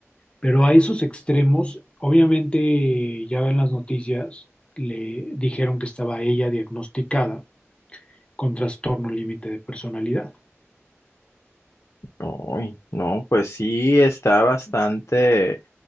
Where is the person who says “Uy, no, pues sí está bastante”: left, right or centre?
Left